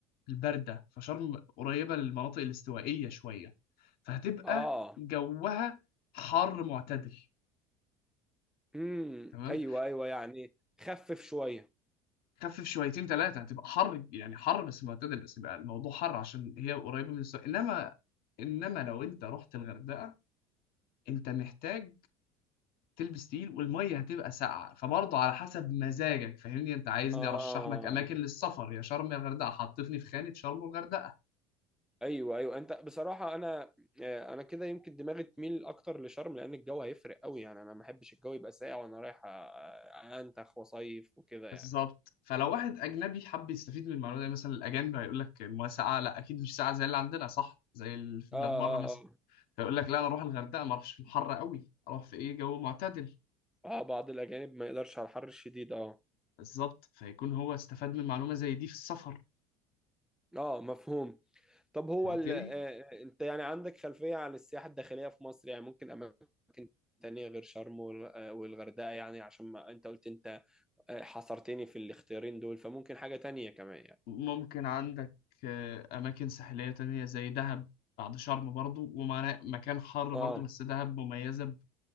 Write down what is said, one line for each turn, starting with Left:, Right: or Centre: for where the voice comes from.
Left: الباردة فشرم قريبة للمناطق الاستوائية شوية فهتبقى
Centre: اه
Left: جوها حر معتدل
Centre: امم
Left: تمام؟
Centre: ايوه ايوه يعني خفف شوية
Left: خفف شويتين ثلاثة هتبقى حر يعني حر بس معتدل بس يبقى الموضوع حر عشان هي قريبة من الاستواء إنما إنما لو أنت رحت الغردقة أنت محتاج تلبس تقيل والميه هتبقى ساقعه فبرضه على حسب مزاجك فاهمني انت عايزني
Centre: اه
Left: ارشح لك اماكن للسفر يا شرم يا غردقه حطتني في خانه شرم والغردقه
Centre: ايوه ايوه انت بصراحه انا آه، انا كده يمكن دماغي تميل اكتر لشرم لان الجو هيفرق قوي يعني انا ما بحبش الجو يبقى ساقع وانا رايح آه، انتخ وصيف وكده يعني
Left: بالظبط فلو واحد اجنبي حب يستفيد من المعلومه دي مثلا الاجانب هيقول لك الميه ساقعه لا اكيد مش ساقعه زي اللي عندنا صح زي اللي في
Centre: اه
Left: بلاد
Centre: اه
Left: بره مثلا
Centre: اه
Left: فيقول لك لا انا اروح الغردقه ما اروحش في الحر قوي اروح في ايه جو معتدل
Centre: اه بعض الاجانب ما يقدرش على الحر الشديد اه
Left: بالظبط فيكون هو استفاد من معلومه زي دي في السفر
Centre: اه مفهوم طب هو
Left: فهمتني
Centre: ال... آه، آه، انت يعني عندك خلفيه عن السياحه الداخليه في مصر يعني ممكن اماكن تانية غير شرم وال- آه، والغردقه يعني عشان ما انت قلت انت آه، حصرتني في الاختيارين دول فممكن حاجه تانية كمان يعني
Left: ممكن عندك آه، أماكن ساحلية تانية زي دهب بعد شرم برضو ومكان حر
Centre: اه
Left: برضو بس دهب مميزة ب-